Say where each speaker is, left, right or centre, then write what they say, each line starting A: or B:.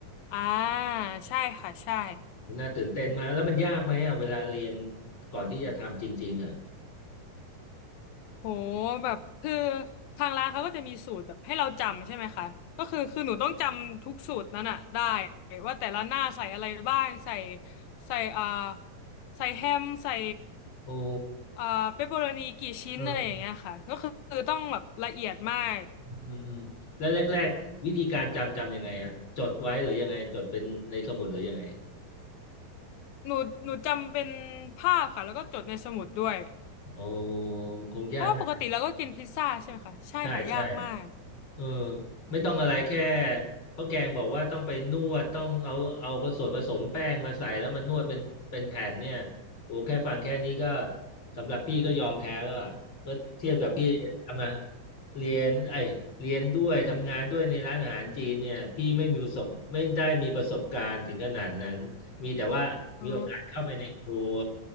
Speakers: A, on the left (about 85°); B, on the left (about 35°).
A: อ่าใช่ค่ะใช่
B: น่าตื่นเต้นมากแล้วมันยากไหมอะเวลาเรียนก่อนที่จะทำจริงๆอะ
A: โหแบบคือทางร้านเขาก็จะมีสูตรแบบให้เราจำใช่ไหมคะก็คือคือหนูต้องจำทุกสูตรนั้นอะได้ว่าแต่ละหน้าใส่อะไรบ้างใส่ใส่อ่าใส่แฮมใส่
B: โอ้
A: อ่าเปปเปอโรนีกี่ชิ้นอะไรอย่างเงี้ยค่ะก็คือคือต้องแบบละเอียดมาก
B: เอออืมอืมแล้วแรกๆวิธีการจำจำยังไงอะจดไว้หรือยังไงจดเป็นในสมุดหรือยังไง
A: หนูหนูจำเป็นภาพค่ะแล้วก็จดในสมุดด้วย
B: โอ้คงยากนะ
A: เพราะว่าปกติเราก็กินพิซซ่าใช่ไหมคะใช่ค่ะยากมาก
B: ใช่ใช่ เออไม่ต้องอะไรแค่ข้าวแกงบอกว่าต้องไปนวดต้องเอาเอาผสมผสมแป้งมาใส่แล้วมันนวดเป็นเป็นแผ่นเนี่ยโอ้แค่ฟังแค่นี้ก็สำหรับพี่ก็ยอมแพ้แล้วอะเมื่อเทียบกับพี่ทำมาเรียนไอยเรียนด้วยทำงานด้วยในร้านอาหารจีนเนี่ยพี่ไม่มีประสบไม่ได้มีประสบการณ์ถึงขนาดนั้นมีแต่ว่ามีโอกาสเข้าไปในครัว
A: <laughs> อ๋อ